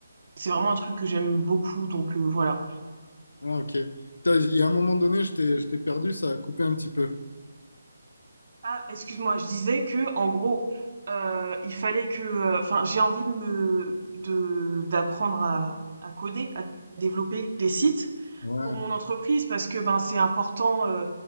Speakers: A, on the right; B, on the left.
A: c'est vraiment un truc que j'aime beaucoup donc heu, voilà.
B: Ah, ok. Putain, Il y a un moment donné, je t'ai, je t'ai perdu, ça a coupé un petit peu.
A: Ah, excuse-moi, je disais que en gros, euh, il fallait que, euh, enfin, j'ai envie de me, de, d'apprendre à, à coder, à développer des sites
B: Ouais,
A: pour mon entreprise parce que ben c'est important, euh,